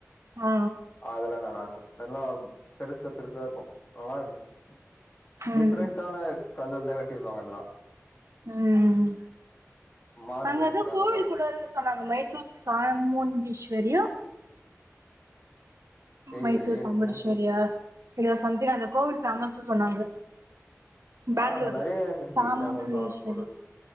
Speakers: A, on the right (about 65°); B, on the left (about 35°).
A: ஆ
B: ஆ அதெல்லா நல்லாரு க்கு நல்லா பெருசு பெருசா இருக்கு நல்லா இருந்துச்சி ம் டிஃபரென்ட்டான
A: ம்
B: கல்லளதா கட்டியிருப்பாக அதலா
A: உம்
B: மார்பிள்ஸ்
A: அங்க எது கோவில்
B: அந்த மாரி
A: கூடல்னு சொன்னாங்க மேசூர் சாமூந்தி ஸ்வரியா
B: தெரியலையே
A: மைசூர் சாம்புடீஸ்வரியா
B: என்ன
A: இங்க சம்திங் அந்த கோவில் ஃபேமஸ் சொன்னாங்க பேங்களூர்ல
B: அ அங்க நெறைய இருக்கு
A: சாமுண்டகேஸ்வரி
B: ஃபேமஸ் ஆன பொருள்